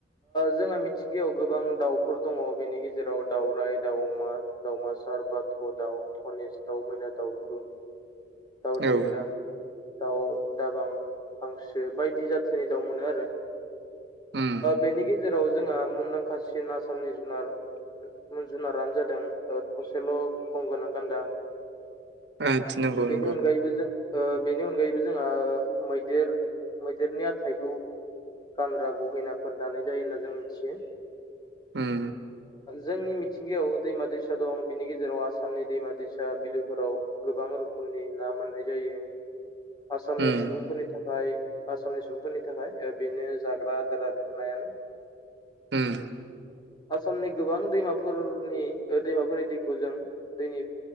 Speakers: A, on the left (about 25°); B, on the right (about 65°).
A: जोंङो मिथिं गायाव गोबां दाउफोर दङ बेनि गेजेराव दावराइ दामा दावमासार बाथ' दाउ धनेस दाउ मैना दाउथु दाउ
B: औ
A: दिग्ला दाउ दाबां हांसो बायदि जाथोनि दाउ मोनो आरो
B: उम
A: बेनि गेजेराव जोंहा मुंदांखासिन आसामनि जुनार जुनारानो जादों थसेल' गं गोनां गान्दा
B: औ नोंगौ
A: बेनि
B: नोंगौ
A: अनगायैबो जों बेनि अनगायैबो जोंहा मैदेर मैदेरनि हाथाइखौ गानग्रा गहिनाफोर दानाय जायो होन्ना जों मिथियो
B: उम
A: जोंनि मिथिंगायाव दैमा दैसा दं बिनि गेजेराव आसामनि दैमा दैसा बिलोफोराव गोबां रोखोमनि ना मोननाय जायो आसामनि
B: उम
A: सुबुंफोरनि थाखाय आसामनि सुबुंफोरनि थाखाय बेनो जाग्रा आदार आरो नायानो
B: उम
A: आसामनि गोबां दैमाफोरनि दैमाफोरनि दैखौ जों दैनि